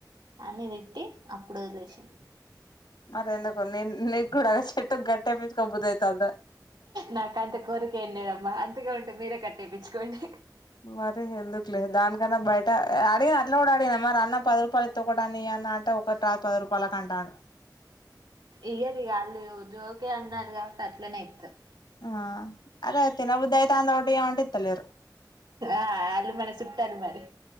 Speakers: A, on the right; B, on the left.
A: అని దిట్టి అప్పుడొదిలేషింది
B: మరి ఎందుకు నిన్ నీక్ గూడా అదే చెట్టు గట్టెపిచుకోబుద్దైతాంద
A: నాక్ అంత కోరిక ఏం లేదమ్మా అంతగా ఉంటే మీరే కట్టేపించుకోండి
B: మరి ఇగ ఎందుకులే దానికన్నా బయట ఆడిగిన అట్లా గూడా ఆడిగనా మరి అన్న పది రూపాల్ ఇత్త ఒకటన్న ఇయి అంటే ఒక రాద్ పద్ రూపాలక్ అంటాండు
A: ఇయరిగా ఆలూ జోకే అన్నార్ గావట్టి అట్లనే ఇత్తరు
B: ఆ అరె తిన బుద్ది అయితంది ఒటి ఇయ్యమంటే ఇత్తలేరు
A: ఆ అలు మన సుట్టాలు మరి